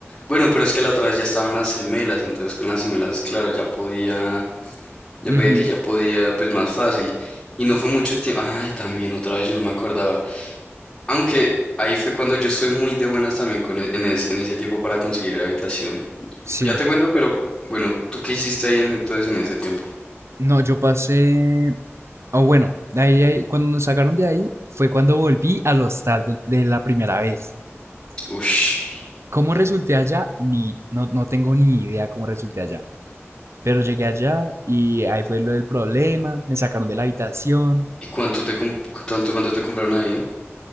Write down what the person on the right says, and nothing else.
Ujú.
Sí.
No, yo pasé. O bueno, de ahí, ahí- cuando nos sacaron de ahí fue cuando volví al hostal de, de la primera vez.
¿Cómo resulté allá? Ni, no, no tengo ni idea cómo resulté allá. Pero llegué allá y ahí fue lo del problema. Me sacaron de la habitación.